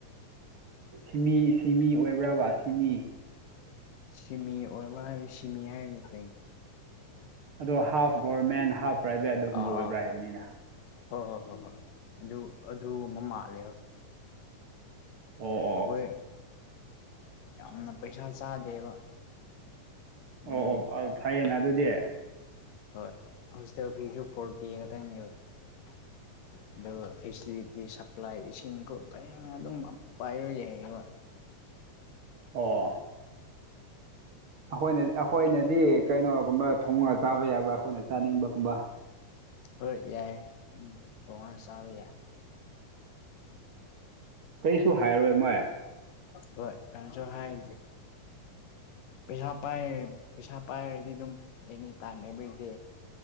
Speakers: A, on the right (about 50°); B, on the left (about 80°).
A: ꯁꯤꯃꯤ ꯁꯤꯃꯤ ꯑꯣꯏꯕ꯭ꯔꯕ ꯁꯤꯃꯤ
B: ꯁꯤꯃꯤ ꯑꯣꯏꯕ ꯍꯥꯏꯕꯗꯤ ꯁꯤꯃꯤ ꯍꯥꯏꯔꯤꯗꯤ ꯀꯩꯅ
A: ꯑꯗꯣ ꯍꯥꯐ ꯒꯣꯔꯃꯦꯟ ꯍꯥꯐ ꯄ꯭ꯔꯥꯏꯚꯦꯠ ꯑꯗꯨꯒꯨꯝꯕ
B: ꯑꯥ
A: ꯑꯣꯏꯕ꯭ꯔꯥ
B: ꯑꯥ
A: ꯍꯥꯏꯕꯅꯤꯅ
B: ꯍꯣꯏ ꯍꯣꯏ ꯍꯣꯏ ꯍꯣꯏ ꯑꯗꯨ ꯑꯗꯨ ꯑꯃ ꯃꯥꯜꯂꯦ
A: ꯑꯣꯝ
B: ꯑꯩꯈꯣꯏ ꯌꯥꯝꯅ ꯄꯩꯁꯥ ꯆꯥꯗꯦꯕ ꯑꯗꯨꯝ
A: ꯑꯣ ꯑꯣ ꯐꯩꯌꯦꯅ ꯑꯗꯨꯗꯤ
B: ꯍꯣꯏ ꯍꯣꯁꯇꯦꯜ ꯐꯤꯁꯨ ꯐꯣꯔꯇꯤ ꯈꯛꯇꯪꯅꯦꯕ
A: ꯎ
B: ꯑꯗꯨꯒ ꯐꯦꯁꯤꯂꯤꯇꯤ ꯁꯄ꯭ꯂꯥꯏ ꯏꯁꯤꯡ ꯈꯨꯠ ꯄꯦꯡ ꯑꯗꯨꯝ ꯄꯥꯏꯌ ꯌꯥꯏꯌꯦꯕ
A: ꯑꯣ ꯑꯩꯈꯣꯏꯅꯗꯤ ꯑꯩꯈꯣꯏꯅꯗꯤ ꯀꯩꯅꯣꯒꯨꯝꯕ ꯊꯣꯡꯉꯒ ꯆꯥꯕ ꯌꯥꯕ꯭ꯔꯥ ꯑꯩꯈꯣꯏꯅ ꯆꯥꯅꯤꯡꯕꯒꯨꯝꯕ
B: ꯍꯣꯏ ꯌꯥꯏ ꯄꯉꯥꯟ ꯆꯥꯕ ꯌꯥꯏ
A: ꯀꯩꯁꯨ ꯍꯥꯏꯔꯣꯏ ꯃꯣꯏ
B: ꯍꯣꯏ ꯀꯁꯨ ꯍꯥꯏꯗꯤ ꯄꯩꯁꯥ ꯄꯥꯏ ꯄꯩꯁꯥ ꯄꯥꯏꯔꯗꯤ ꯑꯗꯨꯝ ꯑꯦꯅꯤ ꯇꯥꯏꯝ ꯑꯦꯕ꯭ꯔꯤꯗꯦ